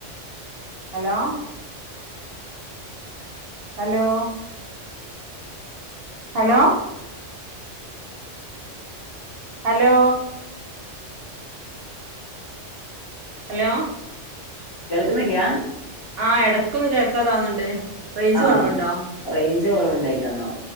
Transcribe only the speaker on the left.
കേൾക്കുന്നില്ല
ആഹ്
റേഞ്ച് കുറവുണ്ടായിട്ടന്നാവോ